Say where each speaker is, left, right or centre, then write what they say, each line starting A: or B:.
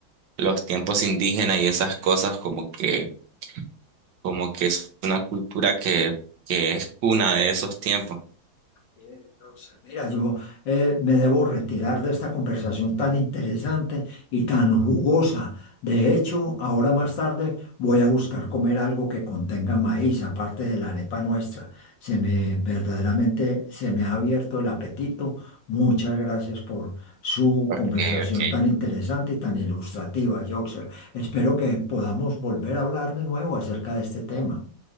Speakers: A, on the right; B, on the left.
A: los tiempos indígenas y esas cosas, como que, como que es una cultura que, que es cuna de esos tiempos.
B: Eh, o sea, Mira, yo eh, me debo retirar de esta conversación tan interesante y tan jugosa. De hecho, ahora más tarde voy a buscar comer algo que contenga maíz, aparte de la arepa nuestra. Se me verdaderamente se me ha abierto el apetito. Muchas gracias por su
A: Ok,
B: conversación
A: ok,
B: tan interesante y tan ilustrativa, Yoxer. Espero que podamos volver a hablar de nuevo acerca de este tema.